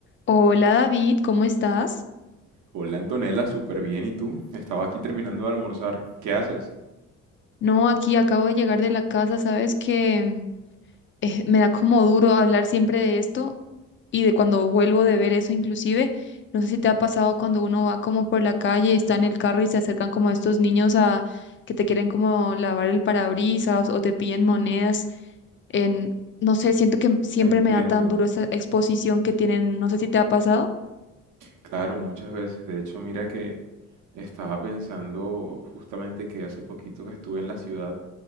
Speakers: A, on the left (about 40°); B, on the right (about 85°).
A: Hola David, ¿cómo estás?
B: Hola Antonella, súper bien. ¿Y tú? Estaba aquí terminando de almorzar. ¿Qué haces?
A: No, aquí acabo de llegar de la casa, sabes que eh, me da como duro hablar siempre de esto y de cuando vuelvo de ver eso inclusive, no sé si te ha pasado cuando uno va como por la calle, está en el carro y se acercan como estos niños a que te quieren como lavar el parabrisas o te piden monedas en, no sé, siento que siempre
B: Te entiendo.
A: me da tan duro esa exposición que tienen, no sé si te ha pasado.
B: Claro, muchas veces. De hecho, mira que estaba pensando justamente que hace poquito que estuve en la ciudad